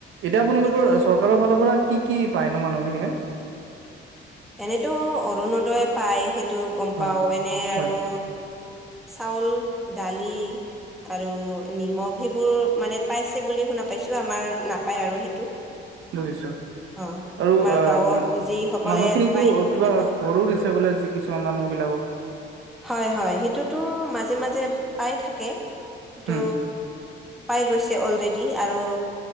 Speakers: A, on the right; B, in the centre.
A: এতিয়া আপোনালোকৰ
B: সেইটো
A: চৰকাৰৰ ফালৰ পৰা কি কি পায় ন মানুহখিনিয়ে
B: এনেতো অৰুণোদয় পায় সেইটো গম
A: হয়
B: পাওঁ এনে
A: হয়
B: আৰু চাউল, দালি। আৰু নিমখ সেইবোৰ মানে পাইছে বুলি শুনা পাইছো আমাৰ নাপায় আৰু সেইটো।
A: বুজিছো।
B: অ
A: আৰু
B: আমাৰ
A: অ',
B: গাঁৱত যিসকলে
A: মানুহখিনিকো
B: পায় সিহঁতে
A: কিবা
B: পায়
A: ঘৰো দিছে বোলে কিছুমান মানুহক। বিলাকক
B: হয় হয় সেইটোতো মাজে মাজে পাই থাকে, সেইটো
A: উম
B: পাই গৈছে অলৰেডি আৰু।